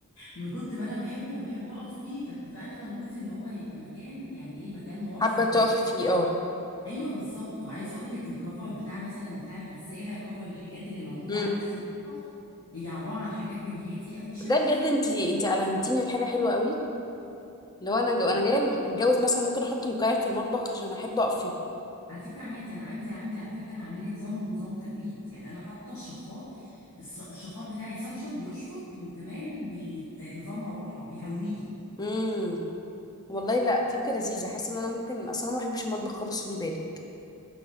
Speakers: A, on the left; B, on the left.
A: من كنت ما انا بحبه وبحب اقف فيه فاتفقنا انا وجوزي ان هو هيبقى مكان يعني ايه مكان موفر
B: حابة تقفي
A: جدا
B: فيه اه
A: ايوه بالظبط وعايزه اقول لك الكفر بتاع مثلا بتاع الغساله كفر الحاجات اللي موجوده
B: مم.
A: عندي في المطبخ هي عباره عن حاجات بيبيهاتي قوي شكل
B: ده بجد
A: فيه
B: انت انت ألهمتيني لحاجة حلوة قوي لو انا جو انا جاية الم- اتجوز مثلا ممكن احط مكيف في المطبخ عشان احب اقف فيه
A: على فكرة عادي أنا عندي عندي على فكرة أنا عامل لي نظام نظام تبريد يعني أنا حاطة الشفاط الس- الشفاط بتاعي سكشن بيشفط وكمان بي... آه، نظام مروحة بيهويلي
B: امم والله لا فكرة لذيذة حاسة ان انا ممكن اصلا انا ما بحبش المطبخ خالص خدي بالك